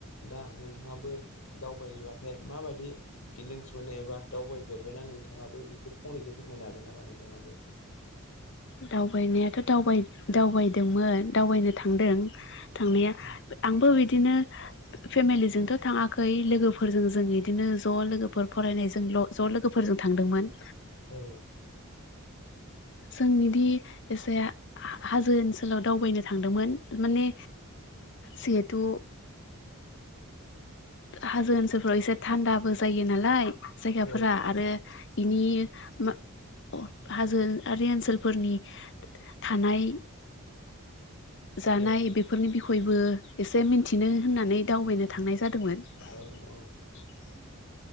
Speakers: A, on the left (about 70°); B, on the left (about 55°).
A: दा नों थांङाबो दावबायबाथाय माबायदि फिलिंस मोनो एबा दावबायफेरबायना नोंथांङाबो बेखौ फंनैसो फोरमायनो हागोन नामा नोंथांङाबो?
B: दावबायनायाथ' दावबाय दावबायदोंमोन दावबायनो थांदों थांनाया
A: औ
B: आंबो बिदिनो फेमिलिजोंथ थाङाखै लोगोफोरजों जों इदिनो ज' लोगोफोर फरायनायजोंल ज' लोगोफोरजों थां थांदोंमोन।
A: औ
B: जों बिष, दि एसे हा हाजो ओनसोलाव दावबायनो थांदोंमोन माने जेहेथु हाजो ओनसोलफ्राव एसे थान्दाबो जायो नालाय। जायगाफोरा
A: औ
B: आरो बेनि मा अ हाजोआरि ओनसोलफोरनि थानाय जानाय
A: औ
B: बेफोरनि बिखयबो एसे मिथिनो होननानै दावबायनो थांनाय जादोंमोन। <unintelligible>
A: औ औ